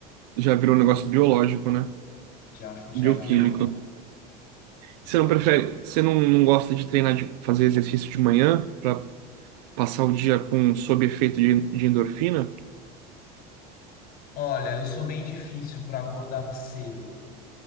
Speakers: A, on the right; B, on the left.
A: já virou um negócio biológico, né?
B: Já, já
A: Bioquímico.
B: virou,
A: Você
B: já
A: não prefere,
B: virou.
A: você não, não gosta de treinar, de fazer exercício de manhã? passar o dia com sob efeito de, de endorfina,
B: Olha, eu sou bem difícil para acordar cedo.